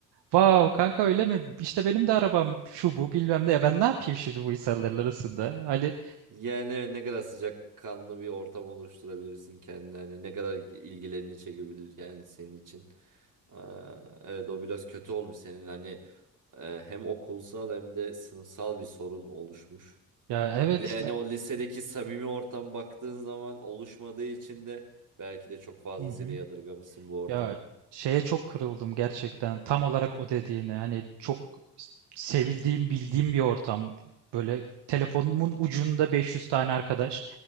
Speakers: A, on the right; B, on the right.
A: Vav kanka öyle mi? İşte benim de arabam şu bu bilmem ne. Ya ben ne yapayım şimdi bu insanların arasında? Ali
B: Yani evet, ne kadar sıcakkanlı bir ortam oluşturabilirsin kendine. Hani ne kadar ilgilerini çekebilir yani senin için. Aa, evet o biraz kötü olmuş senin. Hani e, hem okulsal hem de sınıfsal bir sorun oluşmuş.
A: ya evet
B: Bir de yani
A: ben...
B: o lisedeki samimi ortam baktığın zaman oluşmadığı için de belki de çok fazlasıyla
A: Hı hı.
B: yadırgamışsın bu ortamı.
A: Ya şeye çok kırıldım gerçekten. Tam olarak o dediğine. Hani çok sevildiğim, bildiğim bir ortam. Böyle telefonumun ucunda 500 tane arkadaş.